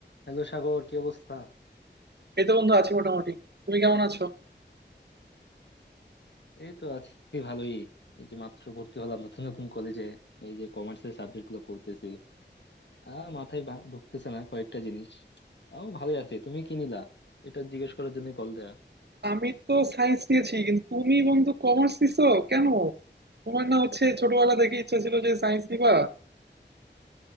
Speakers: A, on the left (about 70°); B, on the right (about 65°).
A: Hello Sagar কি অবস্থা
B: এই তো বন্ধু আছি মোটামুটি তুমি কেমন আছো
A: এই তো আছি ভালোই এই যে মাত্র ভর্তি হলাম নতুন নতুন কলেজে এই যে কমার্সের সাবজেক্ট গুলো পড়তেছি আর মাথায় বা- ঢুকতেছে না কয়েকটা জিনিস তাও ভালোই আছি তুমি কি নিলা এটা জিজ্ঞেস করার জন্য কল দেয়া
B: আমি তো সায়েন্স নিয়েছি কিন্তু তুমি বন্ধু কমার্স নিছো কেন তোমার না হচ্ছে ছোটবেলা থেকে ইচ্ছা ছিল যে সায়েন্স নিবা